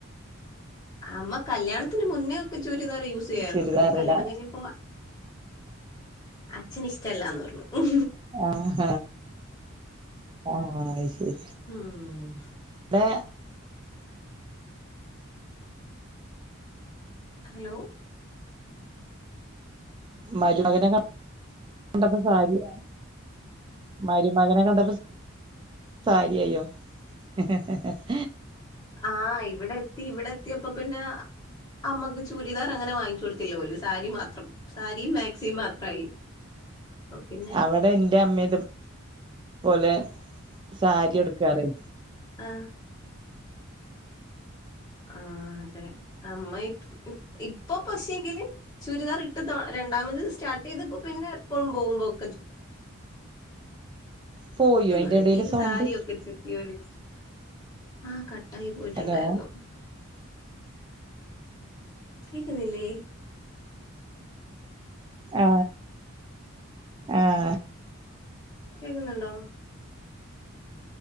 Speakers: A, on the left; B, on the right.
A: അമ്മ കല്യാണത്തിന് മുന്നേ ഒക്കെ ചൂരിദാർ യൂസ് ചെയ്യായിരുന്നു
B: ചുരിദാറിടാ
A: പിന്നെ കല്യാണം കഴിഞ്ഞപ്പോ അച്ഛനിഷ്ടമല്ലാന്ന് പറഞ്ഞു
B: ആഹ ആഹ അയ്ശരി
A: ഉം
B: ഇവിടെ
A: ഹലോ
B: മരുമകനെ കണ്ടെപ്പ സാരിയാ മരുമകനെ കണ്ടപ്പോ സാരിയയ്യോ ഉ ഹ
A: ആഹ് ഇവിടെ എത്തി ഇവിടെ എത്തിയപ്പ പിന്നെ അമ്മക്ക് ചുരിദാർ അങ്ങനെ വാങ്ങിച്ച കൊടുത്തില്ലോല്ലു സാരി മാത്രം സരിം മാക്സിം മാത്രായി പിന്നെ
B: അവിടെ എൻ്റെ അമ്മ ഇത് പോലെ സാരി എടുക്കാറേ
A: ആഹ ആഹ അതെ അമ്മ ഇപ്പൊ പക്ഷെങ്കില് ചുരിദാർ ഇട്ട് രണ്ടാമത് സ്റ്റാർട്ട് ചെയ്തപ്പോ പിന്നെ എപ്പോഴും പോകുമ്പോക്ക ചുരി
B: പോയോ അയിന്റെ
A: പറ യും
B: എടേല്
A: ഇത്
B: സൗണ്ട്
A: സാരിയൊക്കെ ചുറ്റി വലച്ച് ആ കട്ടായി പോയിട്ടുണ്ടായിരുന്നു
B: ഹലോ
A: കേക്ക്ന്നിലേ
B: ആഹ ആഹ
A: കേക്കുന്നുണ്ടോ